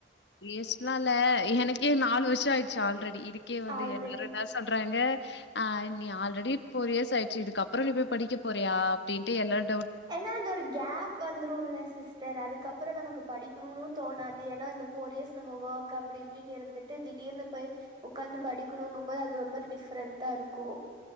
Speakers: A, on the left; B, on the right.
A: பேசலாம்ல எனக்கே நாலு வருஷம் ஆயிடுச்சு ஆல்ரெடி இதுக்கே வந்து
B: ஆல்ரெடி
A: எல்லாரும் தான் சொல்றாங்க ஆஹ் நீ ஆல்ரெடி போர் இயர்ஸ் ஆயிச்சு இதுக்கப்புறம் நீ போய் படிக்க போறியா அப்படின்ட்டு எல்லாரும்
B: ஏன்னா அந்த ஒரு கேப் வந்துரும்ல சிஸ்டர் அதுக்கப்புறம் நமக்கு படிக்கணும்ன்னனு தோணாது ஏன்னா இந்த போர் இயர்ஸ் நம்ம ஒஓர்க் அப்படி இப்படின்னு இருந்துட்டு திடீர்னு போய் உக்காந் படிக்கணுங்கும்போது அது ஒரு மாதிரி டிஃபரெண்டா இருக்கு